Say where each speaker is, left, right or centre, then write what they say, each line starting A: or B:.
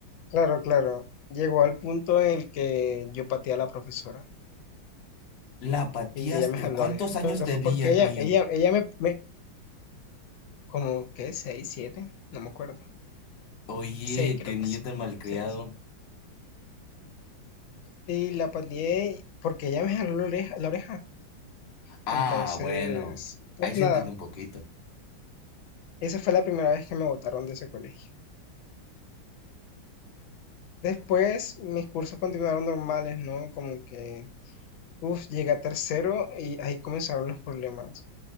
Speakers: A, on the left; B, on the left.
A: Claro, claro. Llegó al punto en el que yo pateé a la profesora
B: La pateaste.
A: y ella me jaló
B: ¿Cuántos
A: la oreja.
B: años
A: Pero
B: tenías,
A: fue porque ella,
B: niño?
A: ella, ella me, me, como, ¿qué? ¿Seis, siete? No me acuerdo.
B: Oye,
A: Seis, creo
B: qué
A: que
B: niño
A: sí.
B: tan malcriado.
A: Seis. Y la pateé porque ella me jaló la oreja, la oreja.
B: Ah,
A: Entonces,
B: bueno.
A: pues
B: Ahí se
A: nada,
B: entiende un poquito.
A: esa fue la primera vez que me botaron de ese colegio. Después, mis cursos continuaron normales, ¿no? Como que, uff, llegué a tercero y ahí comenzaron los problemas.